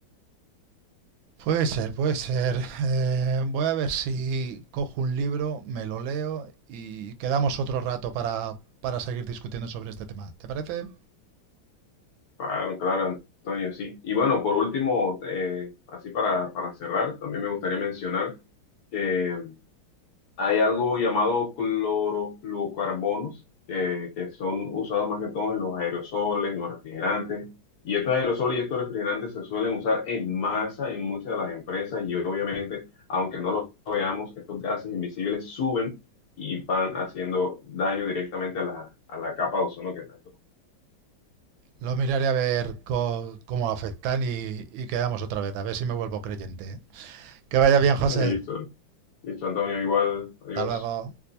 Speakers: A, on the right; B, on the left.
A: Puede ser, puede ser. Eh, voy a ver si cojo un libro, me lo leo y quedamos otro rato para, para seguir discutiendo sobre este tema. ¿Te parece?
B: Claro, claro, Antonio, sí. Y bueno, por último, eh, así para, para cerrar, también me gustaría mencionar que Hay algo llamado clorofluorocarbonos que, que son usados más que todo en los aerosoles, en los refrigerantes. Y estos aerosoles y estos refrigerantes se suelen usar en masa en muchas de las empresas y obviamente, aunque no lo veamos, estos gases invisibles suben y van haciendo daño directamente a la, a la capa de ozono que tanto.
A: Lo miraré a ver co- cómo afectan y, y quedamos otra vez, a ver si me vuelvo creyente. Que vaya bien,
B: <laughs>
A: José.
B: Listo, listo, Antonio, igual, adiós.
A: Hasta luego.